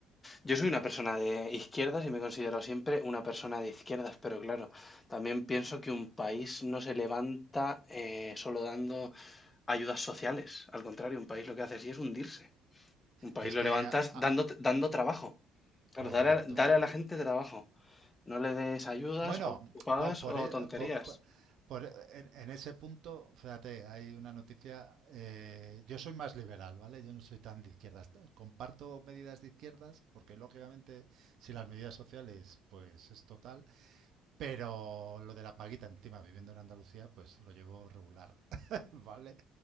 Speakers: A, on the left (about 20°); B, on the right (about 50°).
A: Yo soy una persona de izquierdas y me he considerado siempre una persona de izquierdas, pero claro, también pienso que un país no se levanta eh, solo dando ayudas sociales. Al contrario, un país lo que hace así es hundirse. Un país
B: es
A: lo
B: que
A: levantas
B: ah, ah,
A: dando, dando trabajo. Claro,
B: correcto.
A: dar a, dar a la gente trabajo. No le des ayudas
B: Bueno,
A: o pagas
B: por, por
A: o
B: e-
A: tonterías.
B: por- por- por e- en, en ese punto, fíjate, hay una noticia. eh, yo soy más liberal, ¿vale? Yo no soy tan de izquierdas. Comparto medidas de izquierdas, porque lógicamente, si las medidas sociales, pues es total. Pero lo de la paguita, encima, viviendo en Andalucía, pues lo llevo regular, <laughs> ¿vale?